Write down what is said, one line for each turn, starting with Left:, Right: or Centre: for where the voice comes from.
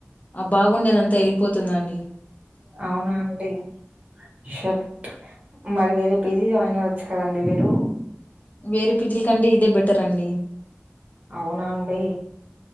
Left: ఆ బాగుండేదంతా <unintelligible> పోతుందండి
Right: అవునా అండి షట్ మరి వేరే పీజీ జాయిన్ అవ్వచ్చు కదండి మీరు
Left: వేరే పీజీలు కంటే ఇదే బెటర్ అండి
Right: అవునా అండి